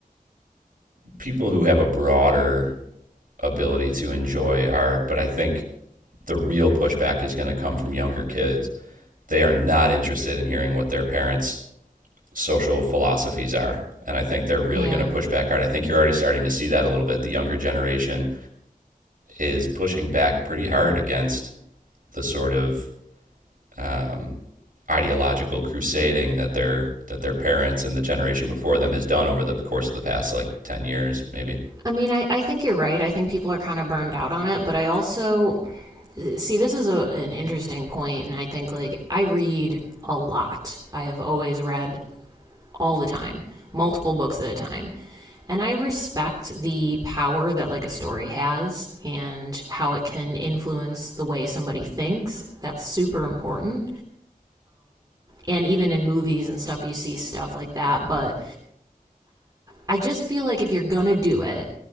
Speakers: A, on the right; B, on the right.
A: people who have a broader ability to enjoy art, but I think the real pushback is going to come from younger kids. They are not interested in hearing what their parents' social philosophies are. And I think they're really
B: yeah
A: going to push back hard. I think you're already starting to see that a little bit. The younger generation is pushing back pretty hard against the sort of um, ideological crusading that their that their parents and the generation before them has done over the course of the past like 10 years maybe.
B: i mean i, I think you're right i think people are kind of burned out on it but i also see this is a, an interesting point and i think like i read a lot i have always read all the time, multiple books at a time. And I respect the power that like a story has and how it can influence the way somebody thinks. That's super important. And even in movies and stuff, you see stuff like that. But I just feel like if you're going to do it,